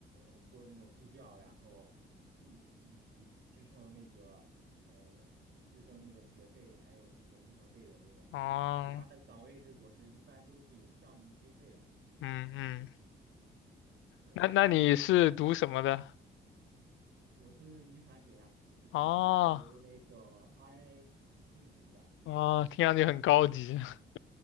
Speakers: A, on the right (about 60°); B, on the left (about 80°).
A: 呃做那种助教，然后这以及支撑那个呃支撑那个学费还有那个生活费的那种，
B: 哦，
A: 其他的岗位制博士一般都是有项目经费的，
B: 嗯嗯，
A: 对。
B: 那那你是读什么的？
A: 我是遗传学呀，就是研究那个
B: 哦
A: RNA 病毒的，
B: 哦，听上去很高级。<laughs>